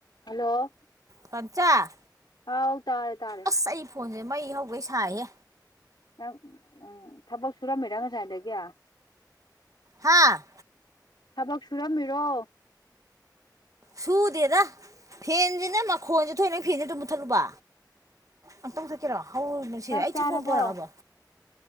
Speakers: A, on the left (about 80°); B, on the right (about 50°).
A: ꯍꯜꯂꯣ
B: ꯄꯟꯆꯥ
A: ꯍꯥꯎ ꯇꯥꯔꯦ ꯇꯥꯔꯦ
B: ꯑꯁ ꯑꯩ ꯐꯣꯟꯖꯦ ꯃꯩ ꯍꯧꯒꯩ ꯁꯥꯏꯍꯦ
A: ꯅꯪ ꯎꯝ ꯊꯕꯛ ꯁꯨꯔꯝꯃꯤꯔꯥ ꯉꯁꯥꯏꯗꯒꯤ
B: ꯍꯥꯥ
A: ꯊꯕꯛ ꯁꯨꯔꯝꯃꯤꯔꯣ
B: ꯁꯨꯗꯦꯗꯥ ꯐꯦꯟꯁꯤꯅ ꯃꯈꯣꯟꯖꯤ ꯑꯊꯣꯏ ꯅꯪ ꯐꯦꯟꯖꯦ ꯑꯃꯇꯥ ꯃꯨꯠꯊꯠꯂꯨꯕ ꯑꯃꯇꯥ ꯃꯨꯊꯠꯀꯦꯔꯣ ꯍꯧꯅꯁꯤꯔꯦ
A: ꯆꯥꯛ
B: ꯑꯩ
A: ꯆꯥꯔꯕꯣ
B: ꯁꯪꯒꯣꯝ ꯄꯣꯔꯛꯑꯥꯕꯣ